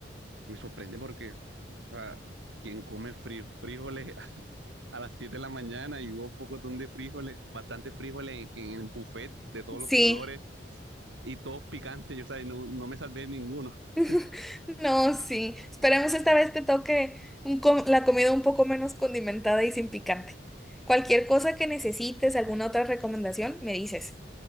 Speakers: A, on the right (about 80°); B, in the centre.
A: me sorprende porque, o sea, quien come fri- frijoles a las 7 de la mañana y hubo poco de frijoles, bastante frijoles en, en el buffet de todos
B: <laughs>
A: los
B: sí.
A: colores y todos picantes. Yo, o sea, no, no me salvé ninguno. <laughs>
B: <laughs> No, sí. Esperemos esta vez te toque un com- la comida un poco menos condimentada y sin picante. Cualquier cosa que necesites, alguna otra recomendación, me dices.